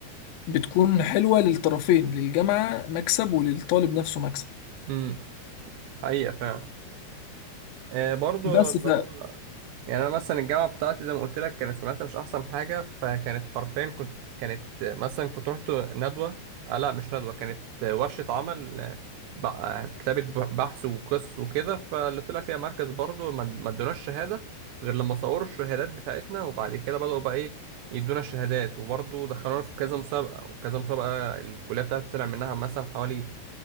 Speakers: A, on the left (about 70°); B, on the right (about 80°).
A: بتكون حلوة للطرفين للجامعة مكسب وللطالب نفسه مكسب
B: امم حقيقة فعلا آه برضو
A: بس
B: اللي
A: ف...
B: هو يعني انا مثلا الجامعه بتاعتي زي ما قلت لك كانت سمعتها مش احسن حاجه فكانت حرفيا كنت كانت مثلا كنت رحت ندوه آه لا مش ندوه كانت ورشه عمل آه، ب- آه، كتابه ب- بحث وقصص وكده فاللي طلع فيها مركز برضه ما ما ادوناش شهاده غير لما صوروا الشهادات بتاعتنا وبعد كده بداوا بقى ايه يدونا الشهادات وبرضه دخلونا في كذا مسابقه وكذا مسابقه الكليه بتاعتي طلع منها مثلا حوالي